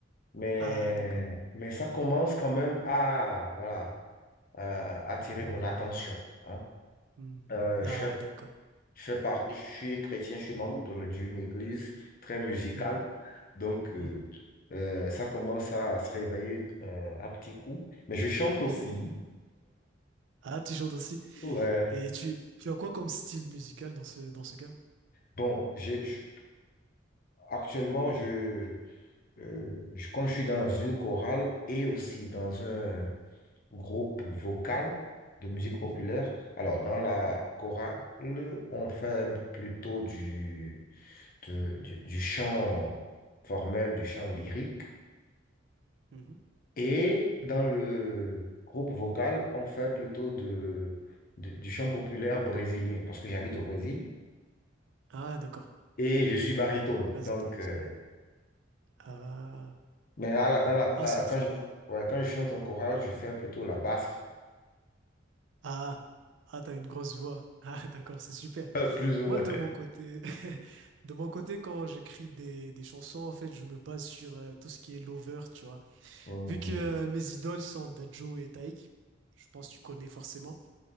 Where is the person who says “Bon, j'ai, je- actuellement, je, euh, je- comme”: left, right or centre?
Left